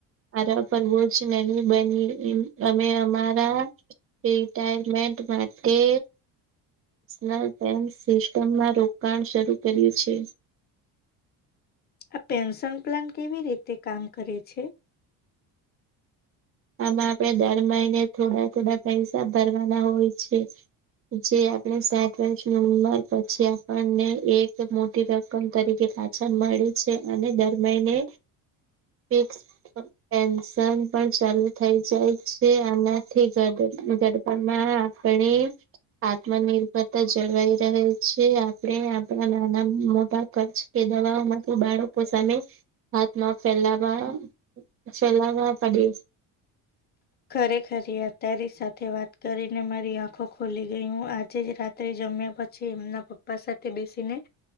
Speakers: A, on the right; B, on the left.
A: આરવ પર બોજ નહિ બનીએ, અમે અમારા રિટાયરમેન્ટ માટે નેશનલ બેન્ક સિસ્ટમમાં રોકાણ શરૂ કર્યું છે.
B: આ પેન્શન પ્લાન કેવી રીતે કામ કરે છે?
A: આમાં આપણેે દર મહિને થોડા થોડા પૈસા ભરવાના હોય છે. જે આપણે શેઠ <unintelligible> પછી આપણને એક મોટી રકમ તરીકે પાછા મળે છે અને દર મહિને
B: <inaudible>
A: ફિક્સ, પેન્શન પણ ચાલુ થઈ જાય છે આનાથી ઘડપણમાં આપણે આત્મનિર્ભરતા જળવાઈ રહે છે આપણે આપણા નાના મોટા ખર્ચ કે દવાઓમાં તો બાળકો સામે હાથમાં ફેલાવા <unintelligible>
B: ખરેખર આ તારી સાથે વાત કરીને મારી આંખો ખોલી ગઈ હું આજે જ રાત જમ્યા પછી એમના પપ્પા સાથે બેસીને